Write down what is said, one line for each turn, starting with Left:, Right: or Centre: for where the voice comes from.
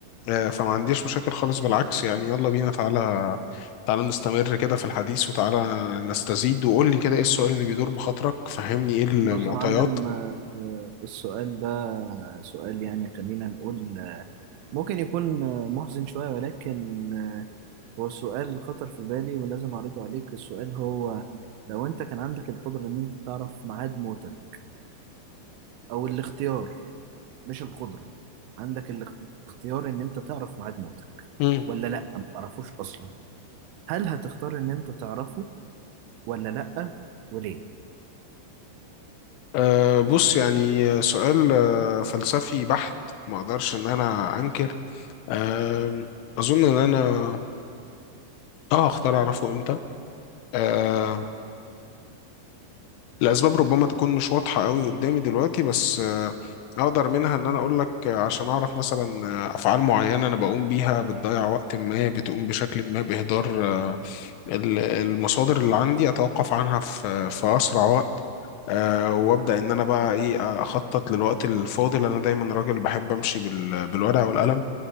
Left: آه، فما عنديش مشاكل خالص بالعكس يعني يلا بينا تعالى تعالى نستمر كده في الحديث وتعالى نستزيد وقول لي كده ايه السؤال اللي بيدور بخاطرك فهمني ايه المعطيات
Right: بص يا معلم آه، آه، السؤال ده سؤال يعني خلينا نقول آه، ممكن يكون آه، محزن شوية ولكن آه، هو السؤال خطر في بالي ولازم اعرضه عليك السؤال هو لو انت كان عندك القدرة ان انت تعرف ميعاد موتك او الاختيار مش القدرة عندك الاختيار ان انت تعرف ميعاد موتك
Left: مم.
Right: ولا لا ما تعرفوش اصلا هل هتختار ان انت تعرفه ولا لا وليه
Left: أه بص يعني آه، سؤال آه، فلسفي بحت ما اقدرش ان انا انكر أه اظن ان انا اه هختار اعرفه امتى آه، الأسباب ربما تكون مش واضحة قوي قدامي دلوقتي بس آه، أقدر منها إن أنا أقول لك آه، عشان أعرف مثلا آه، أفعال معينة أنا بقوم بيها بتضيع وقت ما بتقوم بشكل ما بإهدار آه، ال- المصادر اللي عندي أتوقف عنها في في أسرع وقت آه، وابدا ان انا بقى ايه اخطط للوقت الفاضل انا دايما راجل بحب امشي بال- بالورقه والقلم